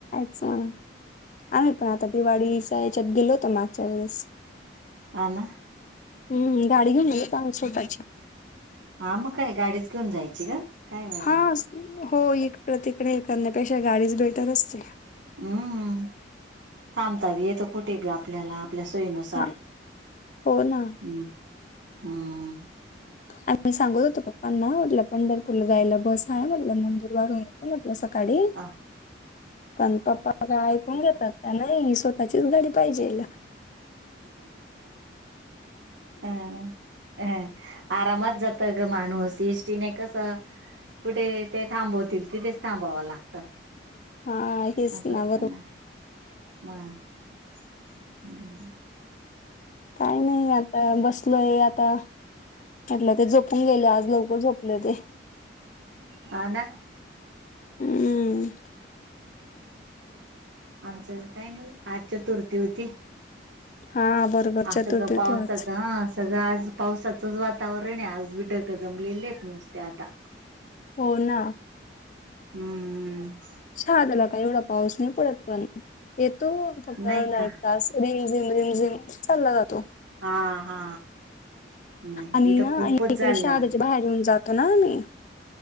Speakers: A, on the left; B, on the right.
A: स आम्ही पण आता दिवाळीचा याच्यात गेलो होत मागच्या वेळेस
B: हना
A: हम्म गाडी घेऊन गे स्वतःची
B: हा मग काय गाडीच घेऊन जायची ग काय बाय
A: हा
B: बा
A: हो इकड तिकडे करण्यापेक्षा गाडीच बेटर असते
B: हम्म हम्म थांबताबी येतो कुठे बी आपल्याला आपल्यास सोय नुसार
A: हा हो ना
B: हम् हम्
A: आणि मी सांगत होत पप्पांना म्हटलं पंढरपूर जायला बस आहे म्हटलं नंदुरबार वारून य सकाळी
B: हा
A: पण पप्पा गय घेतात नाही स्वतःचीच गाडी पाहिजे हिला
B: हम ह आरामात जात ग माणूस एसष्टीने कसे कुठे ते थांबवतील तिथेच थांबावावं लागतं
A: हा हेच
B: असं
A: ना
B: असतना
A: बरोबर
B: हम्म
A: काही नाही आता बसलोय आता म्हटलं ते झोपून गेले आज लवकर झोपले ते
B: ह ना
A: हम्
B: आमचं काय नाही आजच्या चतुर्थी होती
A: हा बरोबर
B: अस
A: चतुर्थी होती
B: पावसाच
A: आज
B: ह सगळं आज पावसाचंच वातावरण आहे आज बिडरक जमलेलेच नुस्ते आता
A: हो ना
B: हम्मम्
A: हा त्याला काही एवढा पाऊस नाही पडत पण येतो फक्त
B: नाही का
A: एक तास रिमझिम रिमझिम चालला ज तो
B: हा हा नाही
A: आणि
B: इथं
A: ना
B: खूपच
A: इकडे
B: झाला
A: श आधच्या बाहेर येऊन जातो ना आमही